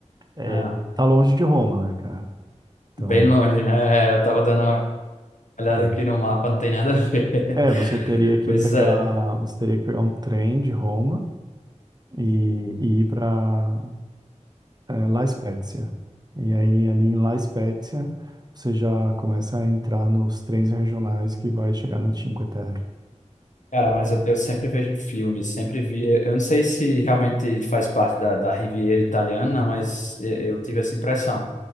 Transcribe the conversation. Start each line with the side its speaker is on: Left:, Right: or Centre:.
Right: é,
Left: Ah,
Right: tá longe de Roma, né, cara? Então.
Left: bem longe, né? É, eu tava dando uma olhada
Right: é.
Left: aqui no mapa, não tem nada a ver. <laughs>
Right: É, você teria que
Left: Pois
Right: pegar,
Left: é,
Right: você teria que pegar um trem de Roma e, e ir para La Spezia. E aí ali em La Spezia você já começa a entrar nos trens regionais que vai chegar na Cinque Terre.
Left: Cara, mas eu, eu sempre vejo em filmes, sempre vi. eh, Eu não sei se realmente faz parte da, da Riviera Italiana, mas eu, eu tive essa impressão